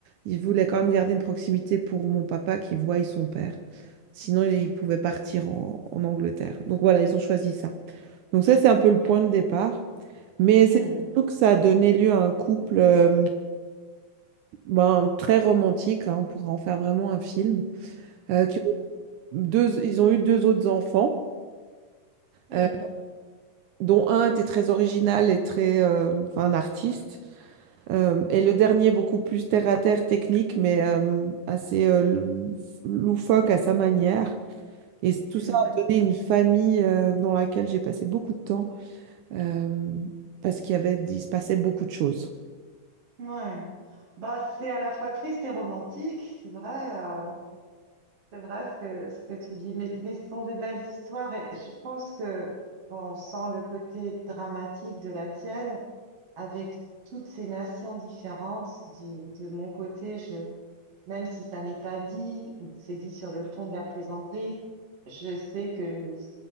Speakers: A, on the right; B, on the right.
A: ils voulaient quand même garder une proximité pour mon papa qui voit son père. Sinon, ils pouvaient partir en, en Angleterre. Donc voilà, ils ont choisi ça. Donc ça, c'est un peu le point de départ. Mais
B: hmm.
A: c'est surtout que ça a donné lieu à un couple euh, ben, très romantique, hein, on pourrait en faire vraiment un film. euh, qui ont deux, ils ont eu deux autres enfants,
B: Hmm,
A: euh, dont un était très original et très, euh, enfin, un artiste, euh, et le dernier beaucoup plus terre-à-terre technique, mais euh, assez euh, lou- loufoque à sa manière. Et c- tout
B: hmm.
A: ça a
B: <laughs>
A: donné une famille euh, dans laquelle j'ai passé beaucoup de temps, euh, parce qu'il y avait, il se passait beaucoup de choses.
B: Ouais. Bah, c'est à la fois triste et romantique, c'est vrai, euh, c'est vrai ce que, ce que tu dis, mais, mais ce sont des belles histoires et je pense que on sent le côté dramatique de la tienne avec toutes ces nations différentes. Du, de mon côté, je, même si ça n'est pas dit ou c'est dit sur le ton de la plaisanterie, je sais que